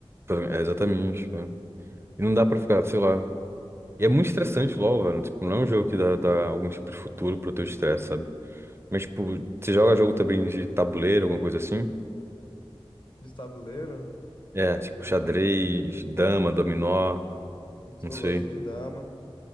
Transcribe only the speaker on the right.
pra mim, é exatamente, cara. E não dá pra ficar, sei lá. E é muito estressante logo, velho. Tipo, não é um jogo que dá, dá algum tipo de futuro pro teu estresse, sabe? Mas, tipo, você joga jogo também de tabuleiro, alguma coisa assim?
É, tipo,
xadrez, dama, dominó, não
sei.